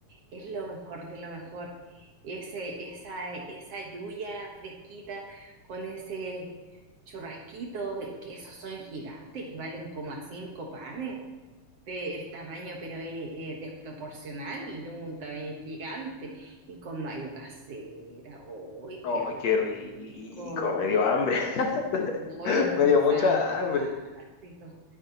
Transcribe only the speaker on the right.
es lo mejor de lo mejor. Ese, esa, esa lluvia fresquita con ese churrasquito, que esos son gigantes, que valen como a cinco panes. de- El tamaño, pero es, es desproporcional, un tamaño gigante. Y con mayo casera, ¡ay,
qué rico!
¡Ay,
fantástico!